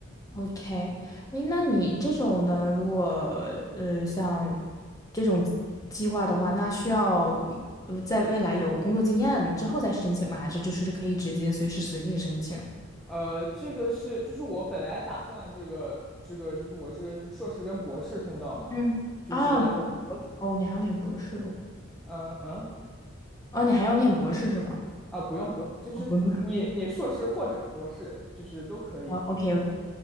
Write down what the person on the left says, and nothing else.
OK，哎，那你这种的，如果呃像这种计计划的话，那需要呃在未来有工作经验之后再申请吗？还是就是可以直接随时随地申请？
嗯，
啊，博哦，你还要念博士哦，
哦，你还要念博士是吗？
哦，不不，哦，OK OK，